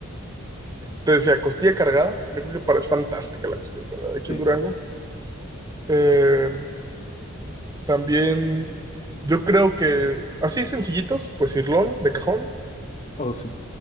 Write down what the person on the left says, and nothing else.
Sí.
Oh, sí,